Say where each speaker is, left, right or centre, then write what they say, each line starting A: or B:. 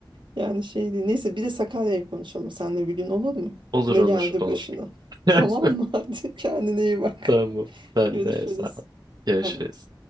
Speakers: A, on the right (about 75°); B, on the right (about 55°).
A: yani şey değil. Neyse bir de Sakarya'yı konuşalım seninle bir gün olur mu?
B: Olur
A: Ne
B: olur
A: geldi
B: olur.
A: başına?
B: <laughs>
A: Tamam mı? <laughs> Hadi kendine iyi bak.
B: Tamam.
A: <laughs>
B: Sen
A: Görüşürüz.
B: de sağ ol. Görüşürüz.
A: Bay bay.